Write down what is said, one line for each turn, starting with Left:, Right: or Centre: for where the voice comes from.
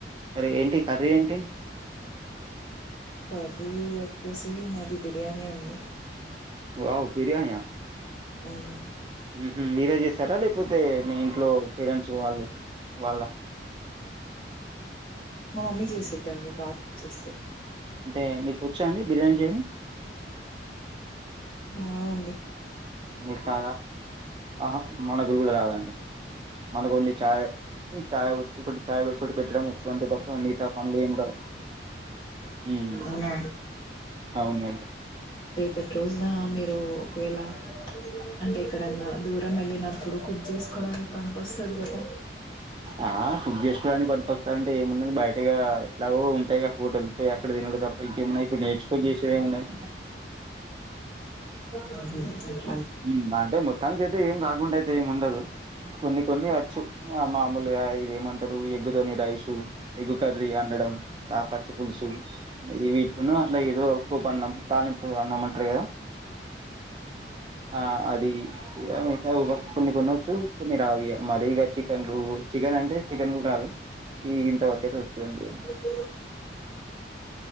Right: మరి ఏంటి కర్రీ ఏంటి
Left: అది ఎతసి మాది బిర్యానీ అండి
Right: వావ్ బిర్యానీ యా
Left: అం
Right: ఉమ్ హ్మ్ మీరు చేశా సరేలే పోతే మీ ఇంట్లో పేరెంట్స్ వాళ్ళు వాళ్ళ
Left: మా మమ్మీ చేసిదండి బాగా కుక్ చేస్తాది
Right: అంటే మీకు వచ్చా అండి బిర్యానీ చేయడం
Left: రావండి
Right: మీ కాదా ఆహా మన గురువులు కాదండి మనకు ఓన్లీ చాయ్ చాయ్ ఇప్పుడు చాయ్ <unintelligible> పెట్టడం వచ్చు అంతే తప్ప మిగతా పనులు ఏం రావు హ్మ్
Left: అవునా
Right: అవును మేడం
Left: పెట్రోల్ <unintelligible> రూ ఒకవేళ అంటే ఇక్కడన్నా దూరం వెళ్లిన ఇప్పుడు కుక్ చేసుకోవడానికి పనికి వస్తాది కదా
Right: ఆ కుక్ చేసుకోవడానికి పనికొస్తుందంటే ఏముంది బయటగా దాహోమ్ పైగా హోటల్ <unintelligible> ఎప్పుడు తినడం తప్ప ఇంకేమున్నాయి ఇప్పుడు నేర్చుకో చేసి ఏమున్నాయి
Left: <unintelligible>
Right: ఉమ్ అంటే మొత్తానికి అయితే ఏం కాకుండా అయితే ఏమి ఉండదు కొన్ని కొన్ని వచ్చు ఆ మా మల్ల ఐ ఇది ఏమంటారు ఎగ్గు తోనే ధైష్ ఉమ్ ఎగుకర్రీ అండడం ఆ పచ్చి పులుసు ఈ వీటిను అట్ల ఏదో ఉప్పు పన్నాం తాలింపు అన్నం అంటారు కదా ఆ అది ఏమైతే కొన్ని కొన్ని వచ్చు కొన్ని రావి మరిీ ఇక చికెన్లు చికెన్ అంటే చికెన్ కూడ రాదు గీ ఇంతవరకయితే వచ్చుదండి
Left: <unintelligible>